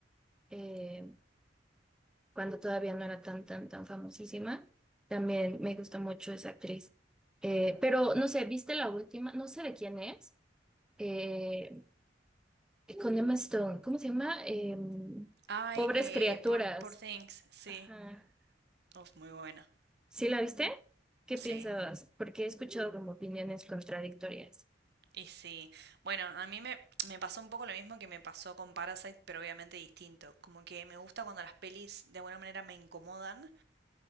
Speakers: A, in the centre; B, on the right.
A: eh, cuando todavía no era tan, tan, tan famosísima. También me gusta mucho esa actriz. Eh, pero no sé, ¿viste la última? No sé de quién es. Eh, con Emma Stone, ¿cómo se llama? Em,
B: Ay,
A: Pobres
B: eh,
A: criaturas.
B: Poor, Poor Things, sí.
A: Ajá.
B: Uf, muy buena.
A: ¿Sí la viste? ¿Qué
B: Sí.
A: piensas? Porque he escuchado como opiniones contradictorias.
B: Y sí. Bueno, a mí me, me pasó un poco lo mismo que me pasó con Parasite, pero obviamente distinto. Como que me gusta cuando las pelis de alguna manera me incomodan,